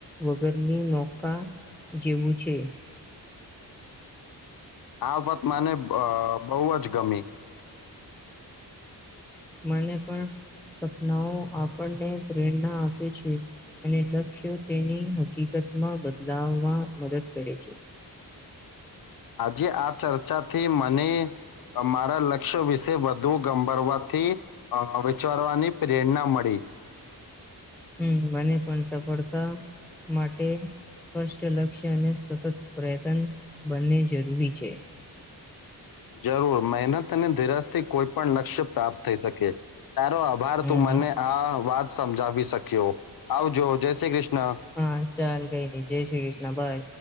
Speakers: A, in the centre; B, on the left.
A: વગરની નૌકા જેવું છે
B: આ વાત મને અ બહુ જ ગમી
A: મને પણ સપનાઓ આપણને પ્રેરણા આપે છે. અને લક્ષ્યો તેની હકીકતમાં બદલાવમાં મદદ કરે છે.
B: આજે આ ચર્ચાથી મને મારા લક્ષ્ય વિશે વધુ ગંભરવાથી અ વિચારવાની પ્રેરણા મળી
A: હમ મને પણ સફળતા માટે સ્પષ્ટ લક્ષ્ય અને સતત પ્રયત્ન બંને જરૂરી છે.
B: જરૂર મહેનત અને ધીરજથી કોઈ પણ લક્ષ્ય પ્રાપ્ત થઈ શકે તારો આભાર
A: હમ
B: તું મને આ વાત સમજાવી શક્યો આવજો જય શ્રી કૃષ્ણ
A: હા ચાલ કઈ નઈ જય શ્રી કૃષ્ણ બાય.